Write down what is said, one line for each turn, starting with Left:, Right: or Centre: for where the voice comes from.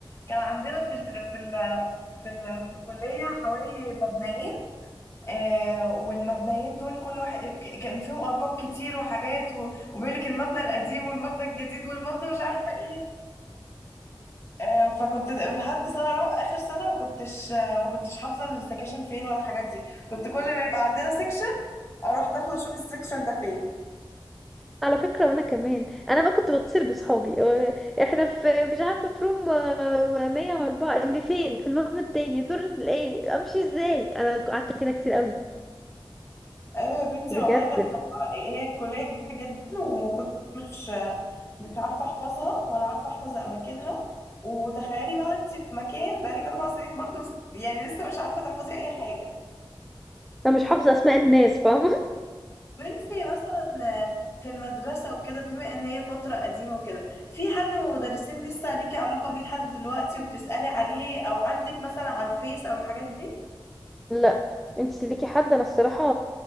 Left: كان عندنا في ال... في ال... في ال... في الكليه حوالي مبنيين آه والمبنيين دول كل واحد كان فيهم ارقام كتير وحاجات و... وبيقول لك المبنى القديم والمبنى الجديد والمبنى مش عارفه ايه آه، فكنت لحد سنه رو... اخر سنه ما كنتش آه، ما كنتش حافظه السكاشن فين ولا الحاجات دي كنت كل ما يبقى عندنا سكشن اروح داخله اشوف السكشن ده فين
Centre: على فكرة وانا كمان انا بقى كنت بتصل بصحابي آه، احنا في مش عارفة في روم آه، 104 اللي فين في المبنى التاني دور ايه امشي ازاي انا قعدت كده كتير قوي
Left: ايوه يا بنتي
Centre: بجد
Left: والله كان الموضوع هي الكليه كبيره جدا وكنت مش مش عارفه احفظها ولا عارفه احفظ اماكنها وتخيلي بقى انت في مكان بقالك اربع سنين برضو يعني لسه مش عارفه تحفظي اي حاجه
Centre: انا مش حافظة اسماء الناس فاهمة
Left: وانتي مثلا في المدرسة وكده بما ان هي فترة قديمة وكده في حد من المدرسين لسه ليكي علاقة بيه لحد دلوقتي وبتسألي عليه او عندك مثلا على الفيس او الحاجات دي
Centre: <laughs> لا انت ليكي حد انا الصراحة